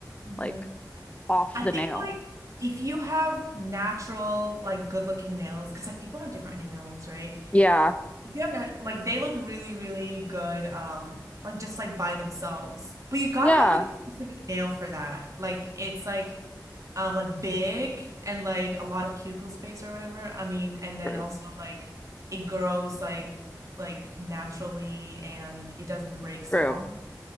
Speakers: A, on the right; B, on the left.
A: Mhm.
B: like off
A: I
B: the
A: think
B: nail.
A: like if you have natural, like good looking nails, because like people have different nails, right?
B: Yeah,
A: If you have nat like they look really, really good, um, like just like by themselves. But you gotta
B: yeah,
A: have like a specific nail for that. Like it's like um like big and like a lot of cuticle space or whatever. I mean, and then
B: true,
A: also like it grows like like naturally and it doesn't break so
B: true.
A: often.